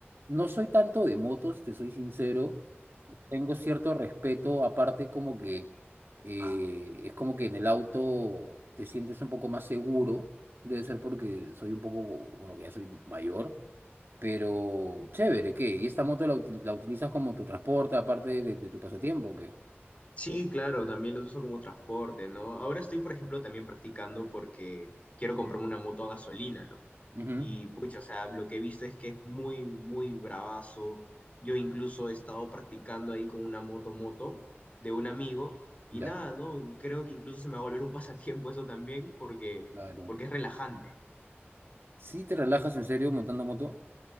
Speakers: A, on the right; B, on the left.
A: No soy tanto de motos, te soy sincero. Tengo cierto respeto, aparte como que eh, es como que en el auto te sientes un poco más seguro. Debe ser porque soy un poco, bueno, que ya soy mayor. Pero chévere, ¿qué? ¿Y esta moto la, uti- la utilizas como tu transporte, aparte de, de tu pasatiempo, o qué?
B: Sí, claro, también lo uso como transporte, ¿no? Ahora estoy, por ejemplo, también practicando porque quiero comprarme una moto a gasolina, ¿no?
A: Ujú,
B: Y pucha, o sea, lo que he visto es que es muy, muy bravazo. Yo incluso he estado practicando ahí con una moto moto de un amigo y
A: Ya,
B: nada, ¿no? Creo que incluso se me va a volver un <laughs> pasatiempo eso también porque,
A: claro.
B: porque es relajante.
A: ¿Sí te relajas en serio montando moto?